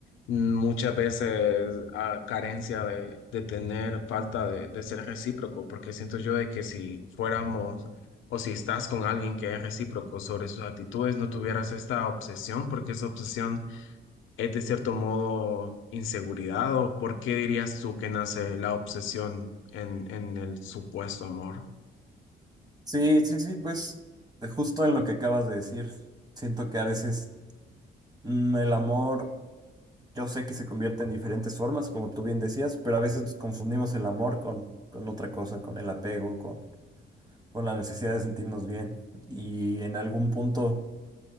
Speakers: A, on the left (about 80°); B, on the right (about 20°).
A: muchas veces a carencia de, de tener falta de, de ser recíproco, porque siento yo de que si fuéramos o si estás con alguien que es recíproco sobre sus actitudes, no tuvieras esta obsesión, porque esa obsesión es de cierto modo inseguridad o por qué dirías tú que nace la obsesión en, en el supuesto amor?
B: Sí, sí, sí, pues de justo en lo que acabas de decir, siento que a veces mm, el amor, yo sé que se convierte en diferentes formas, como tú bien decías, pero a veces nos confundimos el amor con, con otra cosa, con el apego, con, con la necesidad de sentirnos bien. Y en algún punto,